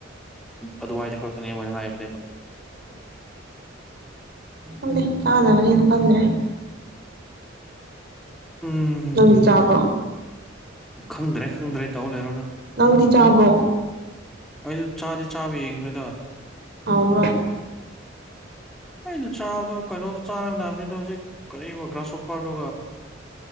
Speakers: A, in the centre; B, on the right (about 55°).
A: ꯑꯗꯨꯃꯥꯏꯗ ꯈꯛꯇꯅꯦꯣꯏꯅ ꯍꯥꯏꯕꯅꯦ
B: ꯍꯗꯦ ꯆꯗꯕꯅꯤ ꯌꯦꯅ ꯀꯗ꯭ꯔꯦ
A: ꯎꯝ
B: ꯍ ꯆꯥꯕꯣ
A: ꯈꯪꯗ꯭ꯔꯦ ꯈꯪꯗ꯭ꯔꯦ ꯇꯧ ꯂꯩꯔꯣꯅ
B: ꯅꯪ ꯆꯥꯕꯣ
A: ꯑꯩꯁꯨ ꯆꯥꯗꯤꯦ ꯆꯥꯕ ꯌꯦꯡꯈ꯭ꯔꯦꯗ
B: ꯑꯕ
A: ꯑꯩꯩꯅ ꯆꯥꯗꯣ ꯀꯩꯅꯣ ꯆꯥꯕ ꯅꯥꯕꯅꯤꯗ ꯍꯧꯖꯤꯛ ꯀ ꯒ꯭ꯔꯥꯁ ꯑꯣꯣꯄꯔꯗꯨ